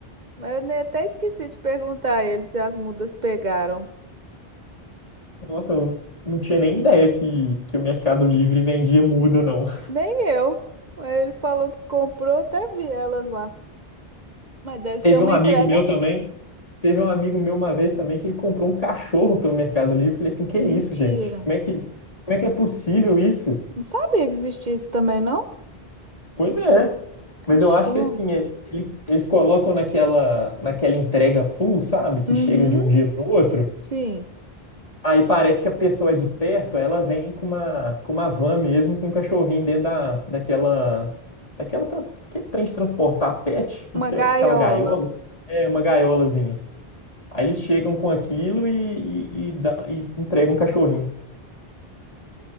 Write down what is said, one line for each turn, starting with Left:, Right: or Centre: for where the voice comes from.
Right: Mas eu nem- até esqueci de perguntar a ele se as mudas pegaram.
Left: Nossa, eu não tinha nem ideia que, que o Mercado Livre vendia muda, não. <laughs>
Right: Nem eu. Ele falou que comprou, até vi elas lá. Mas deve ser
Left: Teve
Right: uma
Left: um amigo
Right: entrega.
Left: meu também. Teve um amigo meu uma vez também que ele comprou um cachorro pelo Mercado Livre. Eu Falei assim, que
Right: Mentira.
Left: isso, gente? Como é que, como é que é possível isso?
Right: Não sabia que existia isso também, não?
Left: Pois é.
Right: Cachorro.
Left: Mas eu acho que assim, e- eles, eles colocam naquela, naquela entrega full, sabe? Que
Right: Uhum.
Left: chega de um dia para o outro.
Right: Sim.
Left: Aí parece que a pessoa é de perto, aí ela vem com uma, com uma van mesmo, com um cachorrinho dentro da, daquela, daquela, tran- aquele trem de transportar pet,
Right: Uma
Left: não sei,
Right: gaiola.
Left: aquela gaiola. É, uma gaiolazinha. Aí eles chegam com aquilo e, e, e, dá- e entregam um cachorrinho.